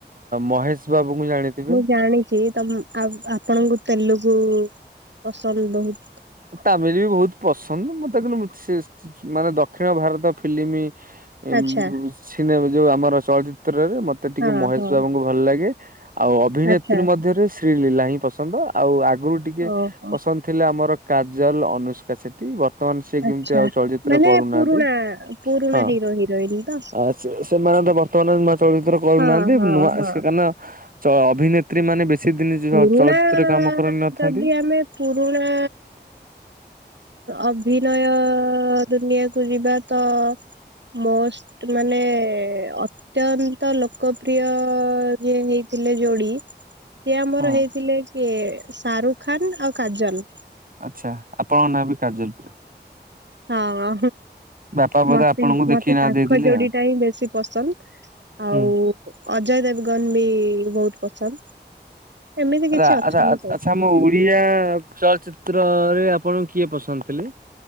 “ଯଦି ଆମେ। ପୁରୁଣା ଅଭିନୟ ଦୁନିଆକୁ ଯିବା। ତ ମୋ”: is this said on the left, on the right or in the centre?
Right